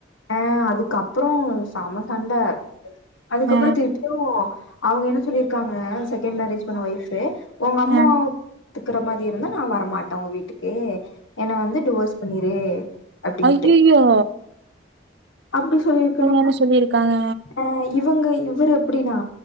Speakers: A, on the left; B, on the right.
A: அ அதுக்கப்றோ சம சண்ட அதுக்கப்புற
B: ஆ
A: திருப்புயு அவுங்க என்ன சொல்லிருக்காங்க செகண்ட் மேரேஜ் பண்ண ஒய்ஃபு உங்க அம்மாவ்
B: ஆ
A: பத்துக்குற மாதி இருந்தா நா வரமாட்ட உங்க வீட்டுக்கு என்ன வந்து டிவோஸ் பண்ணிரு அப்டின்ட்டு
B: அய்யய்யோ
A: அப்டி சொல்லியிருக்கணு
B: என்ன சொல்லிருக்காங்க
A: அ இவங்க இவ்ரு எப்டின்னா